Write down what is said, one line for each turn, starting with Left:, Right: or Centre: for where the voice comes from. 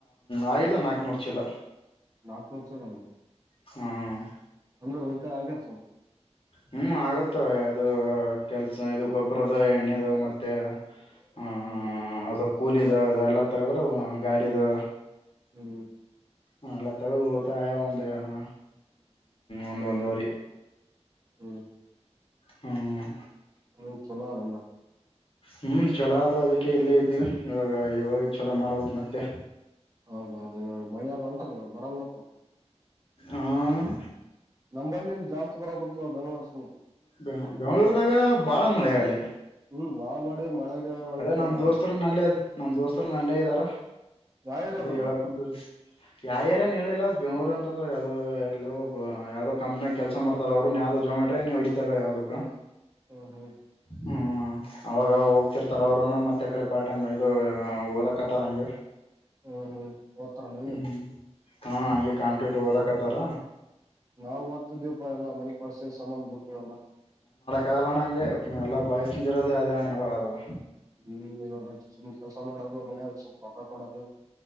Left: ಆಗ್ಯಾದ ಒಂದ್ ನಾಕ್ನೂರ್ ಚೀಲ
Right: ನಾಲ್ಕ್ ನೂರ್ ಚೀಲನ?
Left: ಹ್ಮ್
Right: ಹಂದ್ರ ಹತ ಆಗ್ಯಾದ್ <unintelligible>
Left: ಹ್ಮ್ ಆಗುತ್ತ ಯಾದು ಕೆಲ್ಸ ಇದು ಗೊಬ್ರದ ಎಣ್ಣೆದು ಮತ್ತೆ ಹ್ಮ
Right: ಹ್ಮ್
Left: ಅದು ಕೂಲಿದ ಅದು ಎಲ್ಲ ತಗದ್ರೆ, ಗಾಡಿದು
Right: ಹ್ಮ್
Left: ಅವೆಲ್ಲ ತಗ್ದ ಉಳ್ತಾಯ ಒಂದ್ ಹ ಒಂದ್ ಒಂದು ವರಿ
Right: ಹ್ಮ್
Left: ಹ್ಮ್
Right: ಹ್ಮ <unintelligible>
Left: ಹ್ಮ್ ಚಲೋ ಅದು ಅದಕ್ಕೆ ಇಲ್ಲೇ ಇದ್ದೀವಿ ಇವಾಗ ಇವಾಗ ಚಲೋ ಮಾಡ್ಬೇಕ್ ಮತ್ತೆ
Right: ಹೌದೌದು ಮಳೆಗ್ <unintelligible> ಬರಲ್
Left: ಆಹ್
Right: ನಂಬಲ್ಲಿಲ್ಲಿ ಜಾಸ್ತಿ ಬರ ಕೊಟ್ಟತದ ಬೆಂಗ್ಳೂರ್ನ
Left: ಬೆಂಗ್ ಬೆಂಗ್ಗಳೂರ್ದಾಗ ಬಾಳ ಮಳೆಯಾಳ್ಳಿ
Right: ಹ್ಮ್ ಮಾ <unintelligible> ಮಳೆಗೆ ಒಳತ
Left: ನಮ್
Right: ನೋಡ
Left: ದೋಸ್ತರನ್ ಅಲ್ಲೇ ಅದ ನಮ್ ದೋಸ್ತರನು ಅಲ್ಲೇ ಇದ್ದಾರ
Right: ಯಾವ ಏರಿಯಾದ
Left: ಅದೇ ಹೇಳಕ್ ಉಂಟು ಯಾ ಏರ್ಯ ಏನ್ ಹೇಳಿಲ್ಲ ಬೆಂಗ್ಳೂರು ಅಂತಂದ್ರರೆ ಯಾದೋ ಎಲ್ಲೋ ಯಾವ್ದೋ ಕಂಪ್ನಿಯಾಗ ಕೆಲ್ ಸ ಮಾಡ್ತಾರ ಅವ್ರು ಯಾವ್ದೋ ಜೊಮ್ಯಾಟೊ ಏನೊ ಹೊಡತಾರೆ ಯಾದುಕ್ಕೋ
Right: ಹ್ಮ ಹ್ಮ
Left: ಹಾ ಅವಾಗ್ ಅವಾಗ ಅವ್ರುನು ಮತ್ತೆ ಅ ಕಡೆ ಪಾರ್ಟ್ ಟೈಮ್ ಇದು ಓದಕತ್ತಾರ ಹಂಗೆ
Right: ಹ್ಮ್ ಹ್ಮ್ ನೀವ
Left: ಹ್ಮ್ ಹ್ಮ್ ಹಾ ಹಂಗೆ ಕಾಣ್ಟಿಟ್ಟು ಓದಕತ್ತಾರ
Right: ನಾವು ಓದ್ತಿದಿವಪ್ಪಾ ಎಲ್ಲಾ ಮನೆ ಕಸಿ ಸಾಮಾನ್ ಬಿಟ್ಟು ಎಲ್ಲ.
Left: ಕಾಲಣ ಹಂಗೆ ಎಲ್ಲ ಬಯಸ್ಸ ನಿಂದಿರೋದೇ ಅದೇ ಹಣೆ ಬರೋದಲ್ಲ.
Right: ಹ್ಮ್ ಇವಾಗಂತ ಸುಮ್ಮ್ ಕೆಲ್ಸ ಮಾಡದು ಮನ್ಯಾಗ ಸ್ವಪ್ ರೊಕ್ಕ ಕೊಡದು.